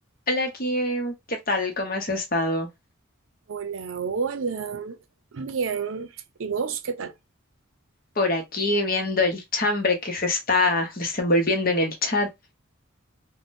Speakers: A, on the left (about 45°); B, on the right (about 70°).
A: Hola Kim, ¿qué tal? ¿Cómo has estado?
B: Hola, hola. Bien. ¿Y vos qué tal?
A: Por aquí viendo el chambre que se está desenvolviendo en el chat.